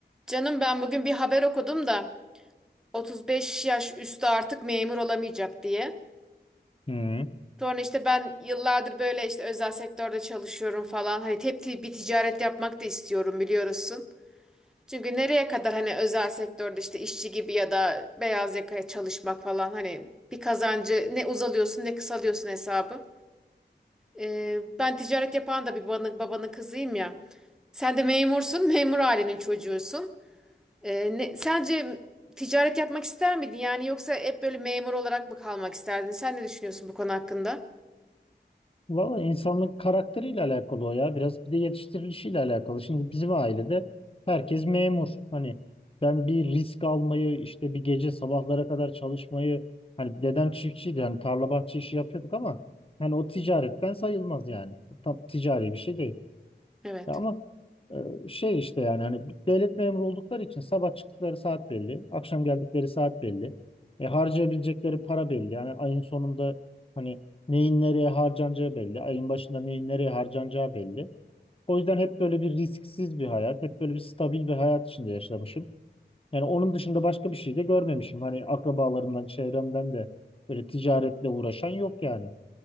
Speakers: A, in the centre; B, on the left.
A: Canım ben bugün bir haber okudum da 35 yaş üstü artık memur olamayacak diye.
B: Hı.
A: Sonra işte ben yıllardır böyle işte özel sektörde çalışıyorum falan. Hani hep ti- bir ticaret yapmak da istiyorum biliyorsun. Çünkü nereye kadar hani özel sektörde işte işçi gibi ya da beyaz yakaya çalışmak falan hani bir kazancı ne uzalıyorsun ne kısalıyorsun hesabı. Ee, ben ticaret yapan da bir babanın, babanın kızıyım ya. Sen de memursun, memur ailenin çocuğusun. Ee, ne, sence ticaret yapmak ister miydin? Yani yoksa hep böyle memur olarak mı kalmak isterdin? Sen ne düşünüyorsun bu konu hakkında?
B: Valla insanın karakteriyle alakalı o ya. Biraz bir de yetiştirilişiyle alakalı. Şimdi bizim ailede herkes memur. Hani ben bir risk almayı işte bir gece sabahlara kadar çalışmayı hani dedem çiftçiydi. Hani tarla bahçe işi yapıyorduk ama hani o ticaretten sayılmaz yani. O tam ticari bir şey değil.
A: Evet.
B: Ya ama e, şey işte yani hani bir devlet memuru oldukları için sabah çıktıkları saat belli, akşam geldikleri saat belli. E, harcayabilecekleri para belli. Yani ayın sonunda hani neyin nereye harcanacağı belli. Ayın başında neyin nereye harcanacağı belli. O yüzden hep böyle bir risksiz bir hayat, hep böyle bir stabil bir hayat içinde yaşamışım. Yani onun dışında başka bir şey de görmemişim. Hani akrabalarımdan, çevremden de böyle ticaretle uğraşan yok yani.